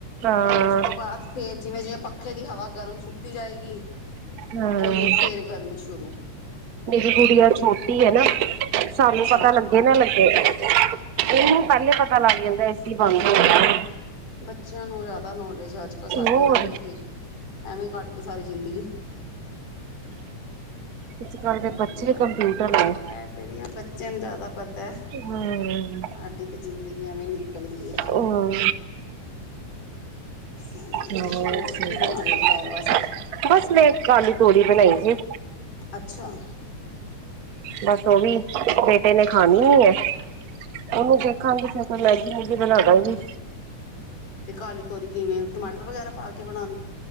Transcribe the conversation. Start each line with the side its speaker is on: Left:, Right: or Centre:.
Right: ਹਾਂ,
Left: ਉਸ ਤੋਂ ਬਾਅਦ ਫੇਰ ਜਿਵੇਂ- ਜਿਵੇਂ ਪੱਖੇ ਦੀ ਹਵਾ ਗਰਮ ਸੁੱਟੀ ਜਾਏਗੀ।
Right: ਹਾਂ।
Left: ਔਨੀ ਫੇਰ ਗਰਮੀ ਸ਼ੁਰੂ
Right: ਮੇਰੀ ਗੁੜੀਆ ਛੋਟੀ ਹੈ ਨਾ ਸਾਨੂੰ
Left: ਅੱਛਾ
Right: ਪਤਾ ਲੱਗੇ ਨਾ ਲੱਗੇ। ਇਹਨੂੰ ਪਹਿਲੇ ਪਤਾ ਲੱਗ ਜਾਂਦਾ ਏਸੀ ਬੰਦ ਹੋ ਗਿਆ।
Left: ਬੱਚਿਆਂ ਨੂੰ ਜ਼ਿਆਦਾ ਨੌਲੇਜ ਅੱਜ ਕੱਲ ਸਾਡੇ
Right: ਹੋਰ
Left: ਵਾਰੀ ਤੇ ਐਵੇਂ ਕੱਟ ਤੀ ਸਾਰੀ ਜ਼ਿੰਦਗੀ <inaudible> <inaudible>
Right: ਅੱਜ ਕੱਲ ਦੇ ਬੱਚੇ
Left: ਬ
Right: ਕੰਪਿਊਟਰ
Left: ਕਹਿ
Right: ਨੇ।
Left: ਤੇਰੀਆਂ ਬੱਚੇ ਨੂੰ ਜਿਆਦਾ ਤਾਂ ਸਾਡੀ
Right: ਹੂੰ
Left: ਤੇ ਜ਼ਿੰਦਗੀ ਐਵੇਂ ਨਿਕਲ ਗਈ ਹੈ।
Right: ਹੂੰ
Left: ਐਵੇਂ
Right: ਹੂੰ
Left: ਹੋਰ
Right: <unintelligible>
Left: ਕੀ ਬਣਾ ਰਹੇ ਹੋ ਦੁਪਹਿਰ ਵਾਸਤੇ?
Right: ਬਸ ਲੇਟ ਖਾ ਲੀ ਤੋਰੀ ਬਣਾਈ ਹੂੰ
Left: ਅੱਛਾ
Right: ਬਸ ਤੋ ਵੀ ਬੇਟੇ ਨੇ ਖਾਣੀ ਹੀ ਹੈ ਉਹਨੂੰ ਦੇਖਾਂਗੀ ਫੇਰ ਮੈਗੀ ਮੋਗੀ ਬਣਾ ਦਾਂਗੀ।
Left: ਤੇ ਕਾਲੀ ਤੋਰੀ ਕਿਵੇਂ ਟਮਾਟਰ ਵਗੈਰਾ ਪਾ ਕੇ ਬਣਾ